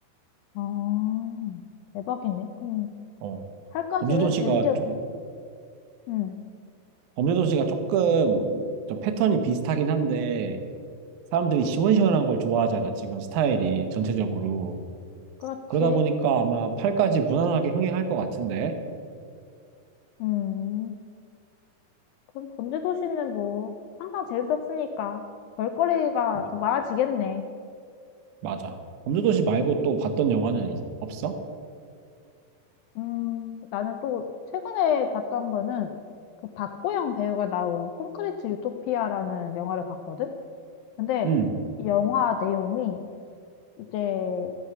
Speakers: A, on the left; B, on the right.
A: 아, 대박이네. 그럼
B: 어.
A: 팔까지는
B: 범죄도시가
A: 재밌게,
B: 좀
A: 음,
B: 범죄도시가 조금 좀 패턴이 비슷하긴 한데 사람들이 시원시원한 걸 좋아하잖아. 지금 스타일이 전체적으로.
A: 그렇지.
B: 그러다 보니까 아마 팔까지 무난하게 흥행할 것 같은데.
A: 음. 그럼 범죄도시는 뭐 항상 재밌었으니까 볼거리가
B: 마-
A: 더 많아지겠네.
B: 맞아. 범죄도시 말고 또 봤던 영화는 이- 없어?
A: 음, 나는 또 최근에 봤던 거는 그 박보영 배우가 나온 콘크리트 유토피아라는 영화를 봤거든? 근데
B: 응,
A: 이 영화 내용이 이제